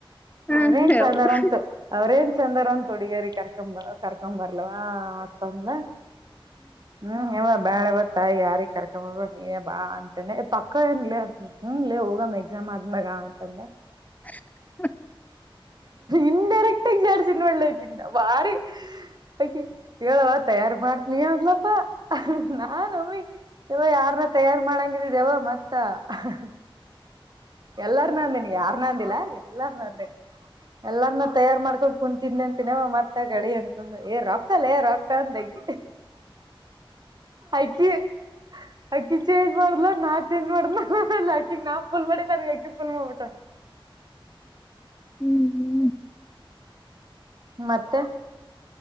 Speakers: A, on the left (about 15°); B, on the right (about 50°).
A: ಹ್ಮ್
B: ಅವ್ರೇನ್ ಚಂದಾರ ಅಂತ ಅವ್ರೇನ್ ಚಂದರ ಅಂತ ಹುಡ್ಗೇರ್ ಕರ್ಕೊಂಬ ಕರ್ಕೊಂಬರ್ಲವಾ ಅಂತ ಅಂದ್ಲ ಹ್ಮ್ ಯವ್ವ ಬ್ಯಾಡವ ತಾಯಿ ಯಾರಿಗೆ ಕರ್ಕೊಂಡ್ ಬರ್ಬ್ಯಾಡ್ನೀ ನೀ ಬಾ ಅಂತಾ ಪಕ್ಕ ಏನ್ಲೇ ಅಂದ್ಲು ಹ್ಮ್ ಲೇ ಹೋಗಮ್ಮ್ ಎಕ್ಸಾಮ್ ಆದ್ಮ್ಯಾಗ ಅಂತಂದೆ
A: ಹ
B: ಇಂಡೈರೆಕ್ಟ್ ಆಗಿ ನಡ್ತಿ ನೋಡ್ಲೆ ನ ಭಾರಿ ಅಕಿ ಹೇಳವ ತಯಾರ್ ಮಾಡ್ತೀಯಾ ಅಂದ್ಲಪ ನಾನ ಒಮ್ಮಿ ಯವ ಯಾರನ್ನ ತಯಾರ್ ಮಾಡಂಗಿದಿದೇವ ಮತ್ತ ಹ ಹ ಹ ಎಲ್ಲಾರ್ ನಂದೇನಿ ಯಾರ್ನ ಅಂದಿಲ್ಲಾ ಎಲ್ಲಾರ್ ನಂದೇನಿ ಎಲ್ಲರ್ನ ತಯಾರು ಮಾಡ್ಕೊಂಡ ಕುಣ ತಿಂದಂತಿನವ ಮತ್ತ ಕಡಿ ಅಂತಂದು ಏ ರೊಕ್ಕಲ್ಲೇ ರೊಕ್ಕ ಅಂದಲಾಕಿ ಅಕೀ ಅಕಿ ಚೇಜ್ ಮಾಡಾರಲ ನಾ ಚ ಮಾಡಾಕಿ ನಾ ಫೂಲ್ ಮಾಡೀನಿ ನನ್ಗ ಅಕಿ ಫೂಲ್ ಮಾಡ್ಬಿಟ್ಟಾಳ
A: ಹ್ಮ್
B: ಮತ್ತೆ